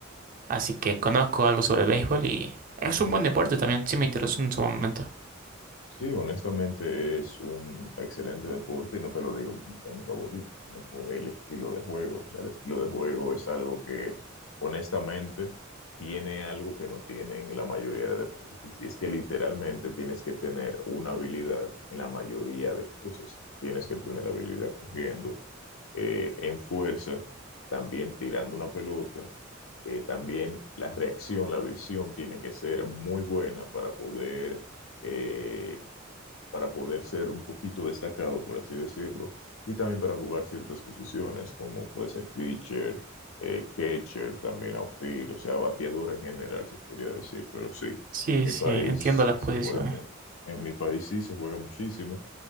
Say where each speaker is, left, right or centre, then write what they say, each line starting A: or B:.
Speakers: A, on the right; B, on the left.
A: así que conozco algo sobre el béisbol y es un buen deporte también, sí me interesó en su momento.
B: Sí, honestamente es un excelente deporte y no te lo digo porque sea mi favorito, sino por el estilo de juego. O sea, el estilo de juego es algo que honestamente tiene algo que no tienen la mayoría de deportes. Y es que literalmente tienes que tener una habilidad en la mayoría de cosas. Tienes que tener habilidad corriendo, eh, en fuerza, también tirando una pelota. eh, también la reacción, la visión tiene que ser muy buena para poder... eh, para poder ser un poquito destacado, por así decirlo, y también para jugar ciertas posiciones, como puede ser pitcher, eh, catcher, también outfield, o sea, bateador en general, se podría decir, pero sí, en
A: Sí,
B: mi
A: sí,
B: país
A: entiendo las
B: se
A: posiciones.
B: juega mucho. En mi país sí se juega muchísimo,